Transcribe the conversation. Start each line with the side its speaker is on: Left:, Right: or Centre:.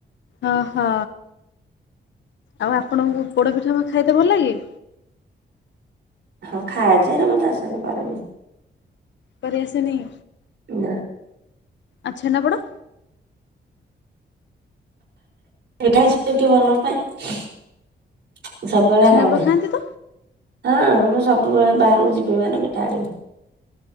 Left: ଅହଁ ଆଉ ଆପଣଙ୍କୁ ପୋଡପିଠା ଖାଇତେ ଭଲ ଲାଗେ?
Right: ହଁ ଖାଏଯେ ହେରା ମତେ ଆସିନି କରେଇ।
Left: ପର ଏସେ ନେଇ।
Right: ନା।
Left: ଆ ଛେନାପୋଡ଼।
Right: <unintelligible> ହଁ ମୁଁ ସବୁବେଳେ ବାହାରକୁ
Left: ଛେନାପୋଡ଼ ଖାଆନ୍ତି ତ?
Right: ଯିବି ମାନେ ମିଠା ଆଣିବି।